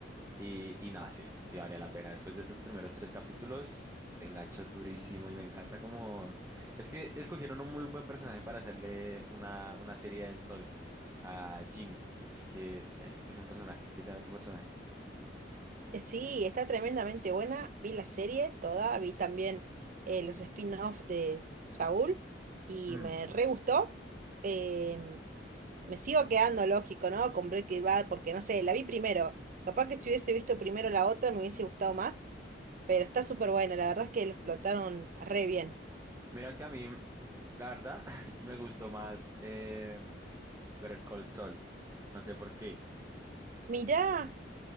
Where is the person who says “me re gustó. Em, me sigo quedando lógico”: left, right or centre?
Right